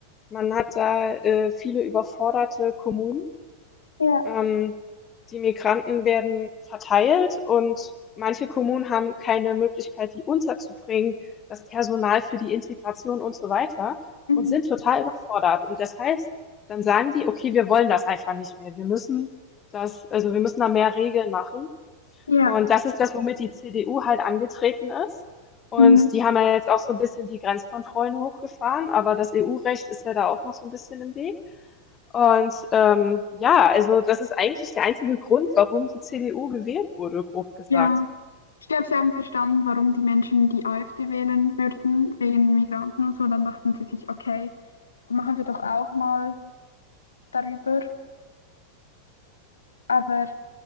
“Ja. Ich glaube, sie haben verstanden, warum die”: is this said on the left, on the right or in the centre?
Left